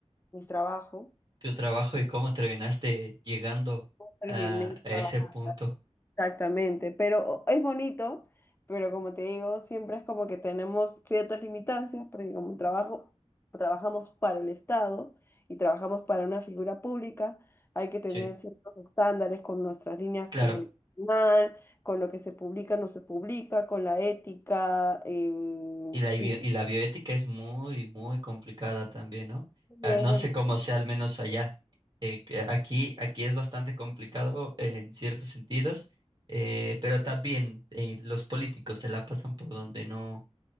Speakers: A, on the left; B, on the right.
A: mi trabajo.
B: tu trabajo y cómo terminaste llegando
A: Terminé
B: a a ese
A: trabajando
B: punto.
A: Exactamente, pero es bonito, pero como te digo, siempre es como que tenemos ciertas limitancias, porque como trabajo, trabajamos para el Estado y trabajamos para una figura pública, hay que tener
B: Sí,
A: ciertos estándares con nuestras líneas
B: claro.
A: comunicacional, con lo que se publica, no se publica, con la ética, eh,
B: Y la, bio-
A: y
B: y la bioética es muy, muy complicada también, ¿no?
A: y
B: Ah,
A: es
B: no
A: de-
B: sé cómo sea, al menos allá. Eh, que aquí, aquí es bastante complicado en ciertos sentidos, eh, pero también eh, los políticos se la pasan por donde no,